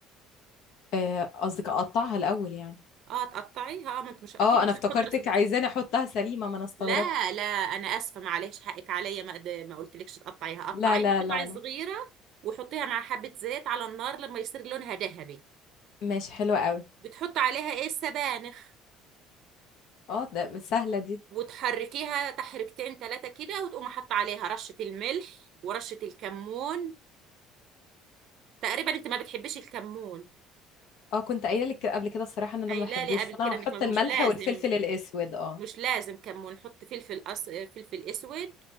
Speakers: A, on the left; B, on the right.
A: آه، قصدك اقطعها الاول يعني
B: اه تقطعيها اه ما انت مش اكيد
A: اه
B: مش
A: انا افتكرتك
B: هتحطي راس البصل
A: عايزاني احطها سليمه ما انا استغربت
B: لا لا انا اسفه معلش حقك عليا ما قد- ما قلتلكش تقطعيها قطعيها
A: لا لا
B: قطع
A: لا لا
B: صغيره وحطيها مع حبه زيت على النار لما يصير لونها ذهبي
A: ماشي حلوه قوي
B: بتحط عليها ايه السبانخ
A: اه ده سهله دي
B: وتحركيها تحركتين ثلاثه كده وتقوم حاطه عليها رشه الملح ورشه الكمون تقريبا انت ما بتحبيش الكمون
A: اه كنت قايله لك قبل كده الصراحه ان انا
B: قايله
A: ما بحبوش
B: لي قبل
A: فانا
B: كده
A: هحط
B: انك ما- مش
A: الملح
B: لازم
A: والفلفل الاسود اه
B: مش لازم كمون حط فلفل أس... فلفل اسود